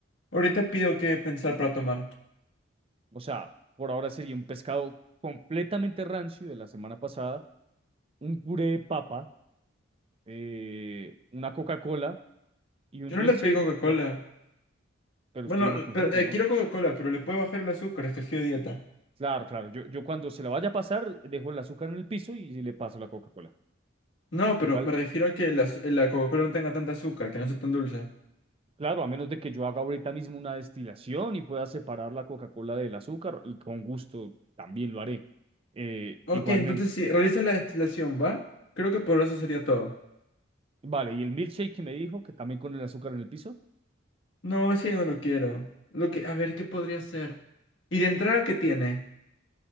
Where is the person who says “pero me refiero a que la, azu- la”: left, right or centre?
Left